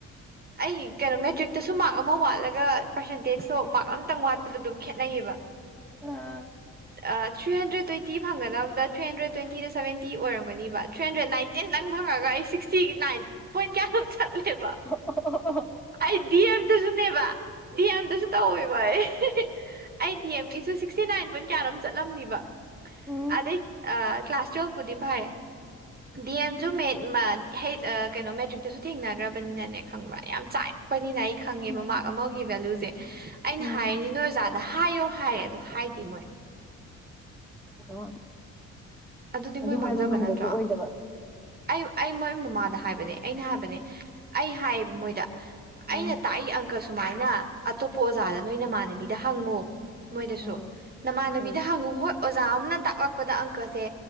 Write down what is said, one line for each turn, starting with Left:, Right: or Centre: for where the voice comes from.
Right: ꯑꯩ ꯀꯩꯅꯣ ꯃꯦꯇ꯭ꯔꯤꯛꯇꯁꯨ ꯃꯥꯔꯛ ꯑꯃ ꯋꯥꯠꯂꯒ ꯄꯥꯔꯁꯦꯟꯇꯦꯖꯇꯣ ꯃꯥꯔꯛ ꯑꯃꯇꯪ ꯋꯥꯠꯄꯗ ꯑꯗꯨꯝ ꯈꯦꯠꯅꯩꯌꯦꯕ
Centre: ꯑꯥ
Right: ꯑ ꯊ꯭ꯔꯤꯍꯟꯗ꯭ꯔꯦꯠ ꯇ꯭ꯋꯦꯟꯇꯤ ꯐꯪꯗ ꯊ꯭ꯔꯤꯍꯟꯗ꯭ꯔꯦ ꯇ꯭ꯋꯦꯟꯇꯤꯗ ꯁꯕꯦꯟꯇꯤ ꯑꯣꯏꯔꯝꯒꯕ ꯊ꯭ꯔꯤꯍꯟꯗ꯭ꯔꯦꯠ ꯅꯥꯏꯟꯇꯤꯟ ꯅꯪ ꯐꯪꯉꯒ ꯑꯩ ꯁꯤꯛꯁ ꯇꯤꯅꯥꯏꯟ ꯄꯣꯏꯟ ꯀꯌꯥ ꯑꯗꯨꯝ ꯆꯠꯂꯦꯕ
Centre: ꯑꯣ
Right: ꯑꯩ ꯗꯤꯑꯦꯝꯗꯁꯨꯅꯦꯕ ꯗꯤꯑꯦꯝꯗꯁꯨ ꯇꯧꯋꯦꯕ ꯑꯩ ꯑꯩ ꯗꯤꯑꯦꯝꯒꯤꯁꯨ ꯁꯤꯛꯁꯇꯤꯅꯥꯏꯟ ꯄꯣꯏꯟ ꯀꯌꯥꯅꯣꯝ ꯆꯠꯂꯝꯅꯤꯕ
Centre: ꯎꯝ
Right: ꯑꯗꯩ ꯑ ꯀ꯭ꯂꯥꯁ ꯇ꯭ꯋꯦꯜꯚꯕꯨꯗꯤ ꯐꯌꯦ ꯗꯤꯑꯦꯝꯁꯨ ꯃꯦꯠꯃꯠ ꯍꯦ ꯀꯩꯅꯣꯝ ꯃꯦꯇ꯭ꯔꯤꯛꯇꯁꯨ ꯊꯦꯡꯅꯈ꯭ꯔꯕꯅꯤꯅꯅꯦ ꯈꯪꯕ꯭ꯔꯥ ꯌꯥꯝ ꯆꯥꯛꯑꯦ ꯑꯩꯈꯣꯏꯅꯤꯅ ꯑꯩꯈꯪꯉꯦꯕ
Centre: ꯎꯝ
Right: ꯃꯥꯔꯛꯁꯦ ꯑꯃꯒꯤ ꯚꯦꯂꯨꯁꯦ ꯑꯩꯅ
Centre: ꯎꯝ
Right: ꯍꯥꯏꯔꯅꯤ ꯅꯣꯏ ꯑꯣꯖꯥꯗ ꯍꯥꯏꯌꯣ ꯍꯥꯏꯔꯦ ꯑꯗꯣ ꯍꯥꯏꯗꯦ ꯃꯣꯏ
Centre: ꯑꯣ
Right: ꯑꯗꯨꯗꯤ
Centre: ꯑꯗꯨ
Right: ꯃꯣꯏ
Centre: ꯍꯥꯏꯕ
Right: ꯃꯥꯡꯖꯕ
Centre: ꯉꯝꯕꯁꯨ
Right: ꯅꯠꯇ꯭ꯔꯣ
Centre: ꯑꯣꯏꯗꯕ
Right: ꯑꯩ ꯑꯩ ꯃꯣꯏ ꯃꯃꯥꯗ ꯍꯥꯏꯕꯅꯦ ꯑꯩꯅ ꯍꯥꯏꯕꯅꯦ ꯑꯩ ꯍꯥꯏꯌꯦꯕ ꯃꯣꯏꯗ
Centre: ꯎꯝ
Right: ꯑꯩꯅ ꯇꯥꯛꯏ ꯑꯪꯀ ꯁꯨꯃꯥꯏꯅ ꯑꯇꯣꯞꯄ ꯑꯣꯖꯥꯗ ꯅꯣꯏ ꯅꯃꯥꯟꯅꯕꯤꯗ ꯍꯪꯉꯨ ꯃꯣꯏꯗꯁꯨ
Centre: ꯎꯝ
Right: ꯅꯃꯥꯟꯅꯕꯤꯗ
Centre: ꯎꯝ
Right: ꯍꯪꯉꯨ ꯍꯣꯏ ꯑꯣꯖꯥ ꯑꯝꯅ ꯇꯥꯛꯂꯛꯄꯗ ꯑꯪꯀꯁꯦ